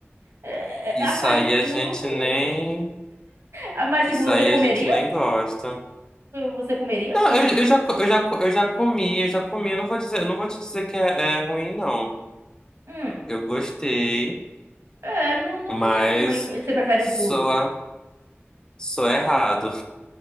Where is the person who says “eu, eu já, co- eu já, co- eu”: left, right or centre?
Left